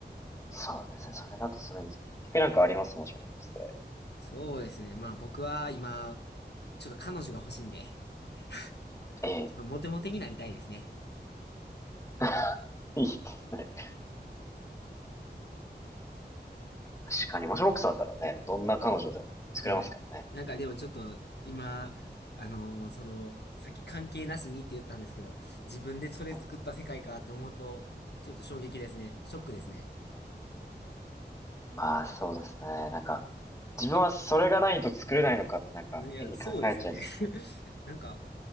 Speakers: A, on the left; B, on the left.
A: そうですね。それだとすごいんですけど。結局なんかありますもショーボックスで。
B: そうですね。まあ僕は今、ちょっと彼女が欲しいんで、ち
A: ええ。
B: ょっとモテモテになりたいですね。
A: <laughs> いいですね。確かに、マシュボックスだったらね、どんな彼女でも作れますからね。
B: はい。なんかでもちょっと今、あのーその、さっき関係なしにって言ったんですけど、自分でそれ作った世界かって思うと、
A: うん
B: ちょっと衝撃ですね。ショックですね。
A: まあ、そうですね。なんか、自分はそれがないと作れないのかってなんか変に考えちゃいそうで。
B: うんいや、そうですよね。<laughs> なんか、